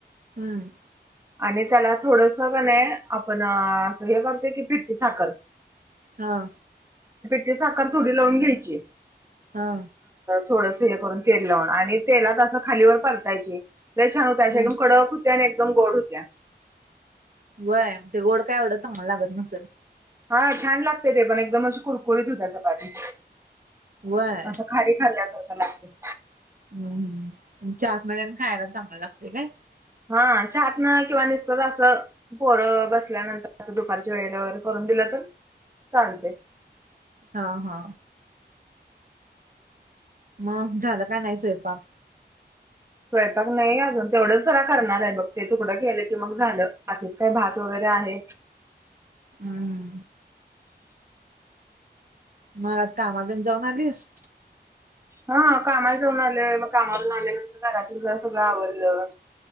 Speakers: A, on the right; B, on the right.
A: हम्म,
B: आणि त्याला थोडस की नै, आपण असं हे करतोय की पिट्टी साखरऽ
A: हा,
B: ते साखर थोडी लावून घ्यायची.
A: हा,
B: थोडस हे करून, तेल लावुण आणि तेलात असं खालीवर परतायची, लय छानऽ आशी
A: हा
B: एकदम कडक होत्या, आणि एकदम गोड होत्या.
A: वय, ते गोड काय एवढं चांगलं लागत नसल.
B: हा, छान लागते ते पण, एकदम अशी कुरकुरीत होत्या चपाती.
A: व्हय
B: असं खारी खाल्ल्यासारखं लागतं.
A: हम् हम्, चहात नं तन खायला चांगला लागतेय काय?
B: हा, चहातन किंवा नुसत असंऽ पोरं बसल्यानंतर आता दुपारच्या वेळेला वगैरे, करून दिलं तर चालतय.
A: हा हा मग झालं का नाही स्वयंपाक?
B: स्वयंपाक नाही अजून तेवढंच जरा करणार आहे बघ ते तुकडं गेले की मग झालं बाकीत काय भात वगैरे आहे.
A: हम हम मग आज कामाला तेन जाऊन आलीस?
B: हा कामाला जाऊन आलं मग कामावरून आल्यानंतर घरातलं जर सगळं आवरलं